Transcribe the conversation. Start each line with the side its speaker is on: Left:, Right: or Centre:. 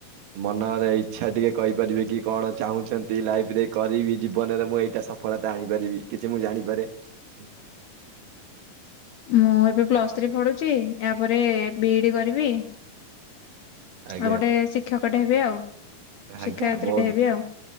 Right: ମନରେ ଇଚ୍ଛା ଟିକେ କହିପାରି ବେକି କଣ ଚାହୁଁଛନ୍ତି ଲାଇଫ ରେ କରିବି ଜୀବନରେ ମୁଁ ଏଇଟା ସଫଳତା ଆଣିପାରିବି, କିଛି ମୁଁ ଜାଣିପାରେ। ହୁଁ
Left: ମୁଁ ଏବେ ପ୍ଲସ ଥ୍ରୀ ପଢୁଛି ୟା ପରେ ବିଇଡି କରିବି। ଆଉ
Right: ଆଜ୍ଞା।
Left: ଗୋଟେ ଶିକ୍ଷକଟେ ହେବି ଆଉ। ଶିକ୍ଷୟତ୍ରୀଟେ
Right: ଆଜ୍ଞା ବହୁତ
Left: ହେବି ଆଉ